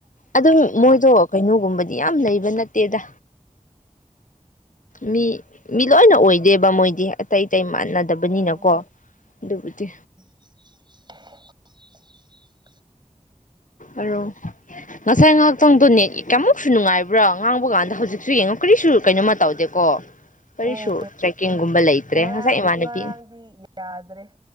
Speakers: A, on the left; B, on the right.
A: ꯑꯗꯨꯝ ꯃꯣꯏꯗꯣ ꯀꯩꯅꯣꯒꯨꯝꯕꯗꯤ ꯌꯥꯝ ꯂꯩꯕ ꯅꯠꯇꯦꯗ ꯃꯤ ꯃꯤ ꯂꯣꯏꯅ ꯑꯣꯏꯗꯦꯕ ꯃꯣꯏꯗꯤ ꯑꯇꯩꯇꯩ ꯃꯥꯟꯅꯗꯕꯅꯤꯅꯀꯣ
B: ꯎꯝ
A: ꯑꯗꯨꯕꯨꯗꯤ
B: <inaudible>
A: ꯑꯣ ꯉꯁꯥꯏ ꯉꯥꯏꯍꯥꯛꯇꯪꯗꯣꯅꯦ ꯀꯌꯥꯃꯨꯛꯁꯨ ꯅꯨꯡꯉꯥꯏꯕ꯭ꯔꯣ ꯉꯥꯡꯕ ꯀꯥꯟꯗ ꯍꯧꯖꯤꯛꯁꯨ ꯌꯦꯡꯉꯣ ꯀꯔꯤꯁꯨ ꯀꯩꯅꯣꯃ ꯇꯧꯗꯦꯀꯣ ꯀꯔꯤꯁꯨ
B: ꯎꯝ
A: ꯇ꯭ꯔꯦꯛꯀꯤꯡꯒꯨꯝꯕ ꯂꯩꯇ꯭ꯔꯦ
B: ꯉꯔꯥꯡ
A: ꯉꯁꯥꯏ ꯏꯃꯥꯟꯅꯕꯤ
B: ꯉꯔꯥꯡꯗꯤ ꯌꯥꯗ꯭ꯔꯦ